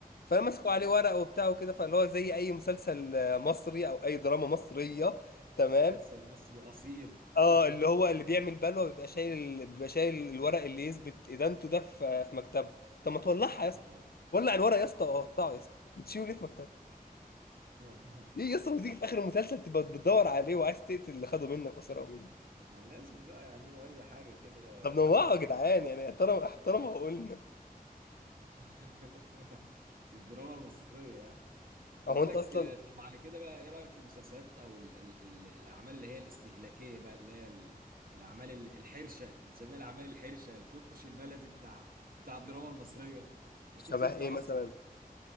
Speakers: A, on the left; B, on the right.
A: فمسكوا
B: آه.
A: عليه ورق وبتاع وكده فاللي هو زي اي مسلسل آه، مصري او اي دراما مصريه تمام
B: مسلسل مصري اصيل
A: اه اللي
B: <laughs>
A: هو اللي بيعمل بلوه بيبقى شايل بيبقى شايل الورق اللي يثبت ادانته ده في في مكتبه طب ما تولعها يا اسطى
B: آه.
A: ولع الورق يا اسطى وقطعه يا اسطى بتشيله ليه في مكتبه
B: آه.
A: ايه يا اسطى ما تيجي في اخر المسلسل تبقى بتدور عليه وعايز تقتل اللي خده منك وسرقه منك
B: ما لازم بقى يعملوا اي حاجه كده
A: طب نوعه
B: حبكه
A: يا
B: كده
A: جدعان يعني احترم احترم عقولنا
B: <laughs> لازم- دي الدراما المصريه يعني بقول
A: هو انت
B: لك
A: اصلا
B: آه، طب على كده بقى ايه رايك في المسلسلات او ال ال ال الاعمال اللي هي الاستهلاكيه بقى اللي هي ال الاعمال ال- الحرشه بنسميها الاعمال الحرشه الترش البلدي بتاع بتاع الدراما المصريه اكيد
A: شبه
B: فهمت
A: ايه
B: قصدي
A: مثلا